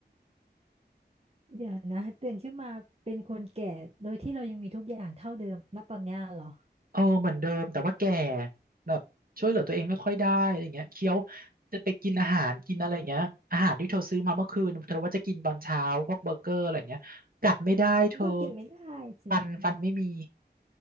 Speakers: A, on the right (about 35°); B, on the right (about 55°).
A: เดี๋ยวนะตื่นขึ้นมาเป็นคนแก่โดยที่เรายังมีทุกอย่างเท่าเดิมณตอนเนี้ยเหรอ
B: เออเหมือนเดิมแต่ว่าแก่แบบช่วยเหลือตัวเองไม่ค่อยได้อะไรเงี้ยเคี้ยวจะไปกินอาหารกินอะไรเงี้ยอาหารที่เธอซื้อมาเมื่อคืนเธอว่าจะกินตอนเช้าพวกเบอร์เกอร์อะไรเงี้ยกัดไม่ได้เธอ
A: มันก็กินไม่ได้สิ
B: ฟันฟันไม่มี